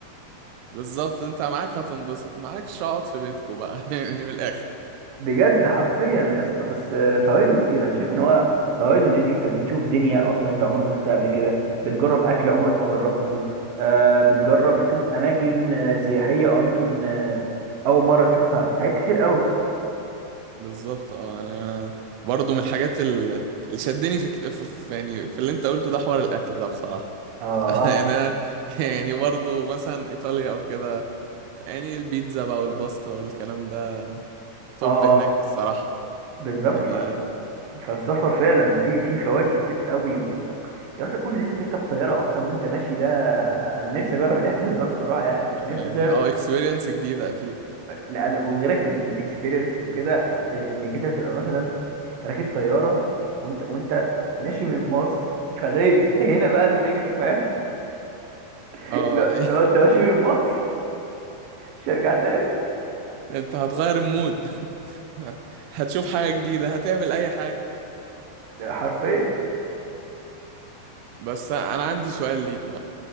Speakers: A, on the right; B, on the right.
A: بالظبط انت معاك هتنبسط معاكش اقعد في بيتكو بقى <laughs> يعني من الاخر
B: بجد حرفيا يا اسطى بس آه، فوائده كتير انا شايف ان هو فوائده ان انت بتشوف دنيا اصلا انت عمرك ما شفتها قبل كده بتجرب اكل عمرك ما جربته آه، بتجرب بتشوف اماكن آه، سياحيه واماكن آه، اول مره تشوفها حاجات كتير قوي
A: بالظبط اه انا برضه من الحاجات ال- اللي شدني في, ك- في, في يعني في اللي انت قلته ده حوار الاكل ده بصراحه
B: اه
A: <laughs> يعني انا يعني برضه مثلا ايطاليا او كده يعني البيتزا بقى والباستا والكلام ده توب
B: اه
A: هناك
B: اه
A: الصراحه
B: بالظبط
A: يعني
B: ف... فالسفر فعلا في في فوائد كتير قوي و... يا اسطى كون ان انت تركب طياره اصلا وانت ماشي ده انا نفسي اجرب الاحساس ده بصراحه يعني نفسي
A: يعني
B: اسافر
A: اه اكسبيرينس جديده اكيد
B: لا انا وغيرك من الاكسبيرينس وكده أ- انك انت تبقى مثلا راكب طياره وانت وانت ماشي من مصر فده ده هنا بقى الفكره فاهم <laughs>
A: اه
B: لو
A: <laughs>
B: لو انت ماشي من مصر مش هرجع تاني
A: انت هتغير المود <laughs> هتشوف حاجة جديدة هتعمل اي حاجة
B: ده حرفيا
A: بس انا عندي سؤال ليك بقى